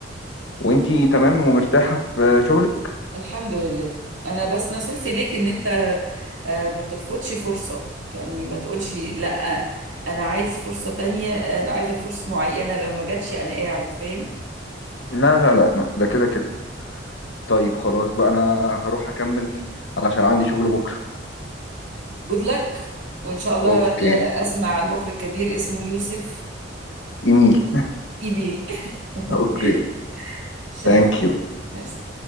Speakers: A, on the left; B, on the right.
A: وإنتي تمام ومرتاحة في شغلك
B: الحمد لله انا بس نصيحتي ليك ان انت آه، ما ترفضش فرصة يعني ما تقولش لا انا عايز فرصة تانية انا عايزة فرصة معينة لو ما جاتش انا قاعد فاهم
A: لا لا لا ده كده كده طيب خلاص بقى أنا هروح أكمل علشان عندي شغل بكرة
B: جود لك وان شاء الله
A: أوكي
B: آه، اسمع عن مخرج كبير اسمه يوسف
A: إيميل
B: ايميل <laughs>
A: أوكي
B: شرفتني
A: ثانك يو